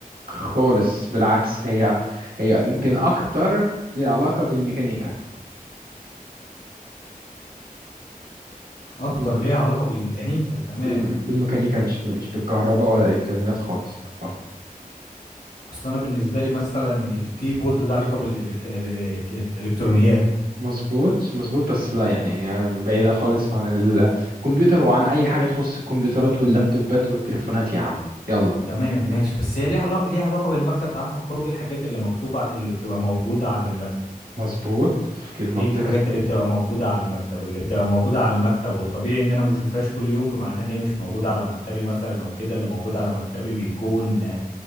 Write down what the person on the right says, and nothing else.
خالص بالعكس هي هي يمكن اكتر ليها علاقة بالميكانيكا
بال...
بال... بالميكانيكا مش ب... مش بالكهرباء ولا الالكترونيات خالص اه
مظبوط مظبوط بس لا يعني آم، بعيدة خالص عن الكمبيوتر وعن اي حاجة تخص الكمبيوترات واللابتوبات والتليفونات يا عم يلا
مظبوط تفكير منطقي